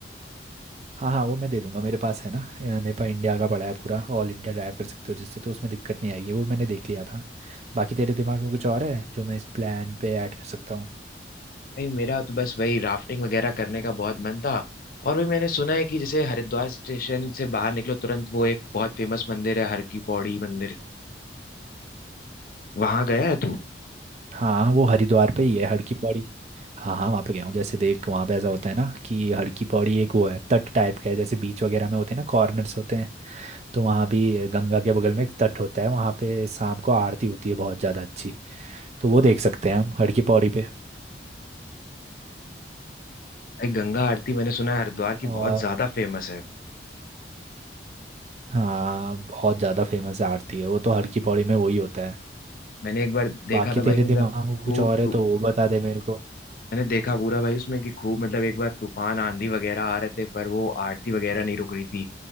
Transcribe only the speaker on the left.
भाई मेरा तो बस वही राफ्टिंग वगैरह करने का बहुत मन था और भी मैंने सुना है कि जैसे हरिद्वार स्टेशन से बाहर निकलो तुरंत वो एक बहुत फेमस मंदिर है हर की पौड़ी मंदिर वहां गया है तू
भाई गंगा आरती मैंने सुना है हरिद्वार
की बहुत ज्यादा फेमस है
मैंने एक बार देखा
था
भाई मतलब
खूब
तू
मैंने देखा पूरा भाई उसमें कि खूब मतलब एक बार तूफान आंधी वगैरह आ रहे थे पर वो आरती वगैरह नहीं रुक रही थी